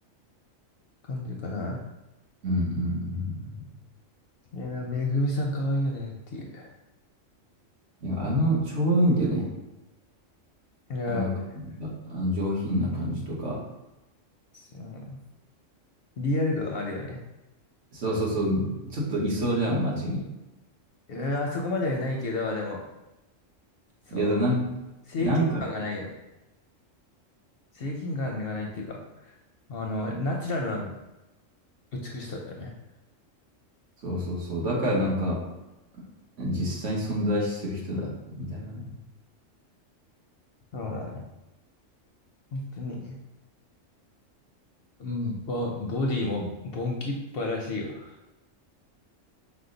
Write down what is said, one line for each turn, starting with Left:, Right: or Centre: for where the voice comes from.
Left: 感じかな。
Right: うんうん
Left: いや、めぐみさん可愛いよねっていう。
Right: うん。いや、あの、ちょうどいいんだよね。
Left: いや、
Right: あの感じが、
Left: 俺ね
Right: あの上品な感じとか。
Left: うん。リアル感あるよね。
Right: そうそうそう、ちょっといそうじゃん、街に。
Left: うん、あそこまではないけど、でも、その、
Right: いや、でもなんか、
Left: 正義感がないよね。
Right: なんか、
Left: 正義感がないっていうか、あの、ナチュラルな美しさだよね。
Right: そうそうそう。だからなんか、実際存在する人だ、みたいなね。
Left: そうだね。本当に。うん、ボ、ボディもボンキッパらしいよ。